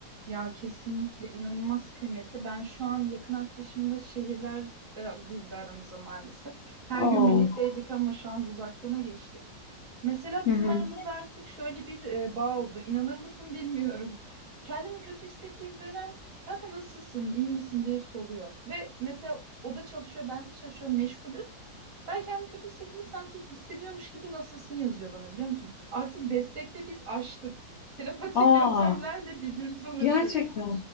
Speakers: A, on the right; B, on the left.
A: Ya kesinlikle inanılmaz kıymetli. Ben şu an yakın arkadaşımla şehirler e, girdi aramıza maalesef. Her gün
B: Oo.
A: birlikteydik ama şu an uzaklığına geçtik. Mesela bizim
B: Hı hı.
A: aramızda artık şöyle bir e, bağ oldu. İnanır mısın bilmiyorum. Kendimi kötü hissettiğim dönem kanka nasılsın, iyi misin diye soruyor. Ve mesela o da çalışıyor, ben de çalışıyorum, meşgulüz. Ben kendimi kötü hissettiğimi sanki hissediyormuş gibi nasılsın yazıyor bana biliyor musun? Artık destekte biz aştık telepatik
B: Aa.
A: yöntemlerle birbirimize ulaşıyoruz.
B: Gerçekten.